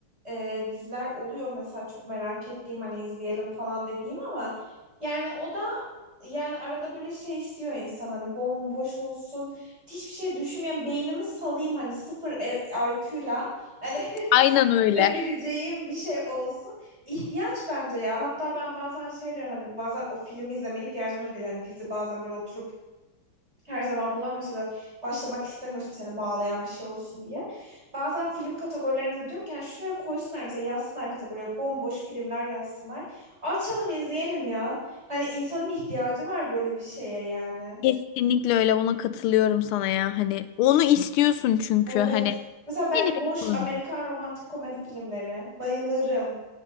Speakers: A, on the right; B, on the left.
A: e, diziler oluyor mesela çok merak ettiğim hani izleyelim falan dediğim ama yani o da yani arada böyle şey istiyor insan hani bomboş olsun hiçbir şey düşünmeyen beynimi salayım hani sıfır IQ'yla hani
B: Aynen
A: <laughs>
B: öyle.
A: bitirebileceğim bir şey olsun. İhtiyaç bence ya hatta ben bazen şey diyorum hani bazen o filmi izleme ihtiyacım da geliyor. Hani dizi bazen böyle oturup Her zaman bulamıyorsun da başlamak istemiyorsun seni bağlayan bir şey olsun diye. Bazen film kategorilerinde de diyorum ki yani şuraya koysunlar mesela yazsınlar kategoriye bomboş filmler yazsınlar. Açalım izleyelim ya. Hani insanın ihtiyacı var böyle bir şeye yani.
B: Kesinlikle öyle buna katılıyorum sana ya. Hani onu istiyorsun çünkü
A: Evet.
B: hani
A: Mesela ben
B: beni bekliyorlar.
A: boş Amerikan romantik komedi filmleri bayılırım.